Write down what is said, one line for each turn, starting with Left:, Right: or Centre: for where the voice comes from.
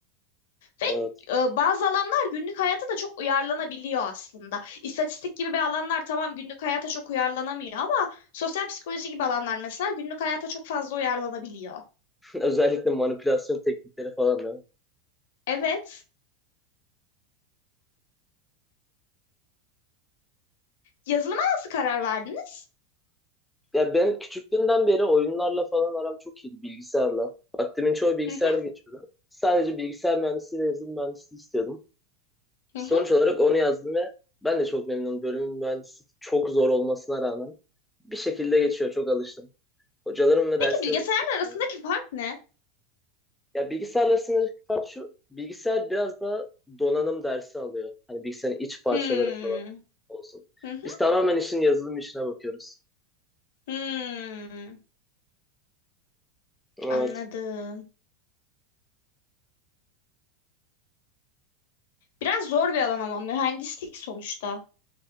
Left: Ve
Centre: Evet.
Left: e, bazı alanlar günlük hayata da çok uyarlanabiliyor aslında. İstatistik gibi bir alanlar tamam günlük hayata çok uyarlanamıyor ama sosyal psikoloji gibi alanlar mesela günlük hayata çok fazla uyarlanabiliyor.
Centre: <laughs> Özellikle manipülasyon teknikleri falan değil mi?
Left: Evet. Yazılıma nasıl karar verdiniz?
Centre: Ya ben küçüklüğümden beri oyunlarla falan aram çok iyiydi bilgisayarla. Vaktimin çoğu bilgisayarda
Left: Hı hı,
Centre: geçiyordu. Sadece bilgisayar mühendisliği ve yazılım mühendisliği istiyordum.
Left: hı
Centre: Sonuç
Left: hı.
Centre: olarak onu yazdım ve ben de çok memnunum. Bölümün mühendisliği çok zor olmasına rağmen bir şekilde geçiyor. Çok alıştım. Hocalarım ve
Left: Peki
Centre: derslerimi
Left: bilgisayarın
Centre: de çok seviyorum.
Left: arasındaki fark ne?
Centre: Ya bilgisayarla sınırlı fark şu, bilgisayar biraz daha donanım dersi alıyor. Hani bilgisayarın iç parçaları
Left: Hmm.
Centre: falan olsun.
Left: Hı hı,
Centre: Biz tamamen işin yazılım işine bakıyoruz.
Left: hmm.
Centre: Evet.
Left: Anladım. Biraz zor bir alan ama mühendislik sonuçta.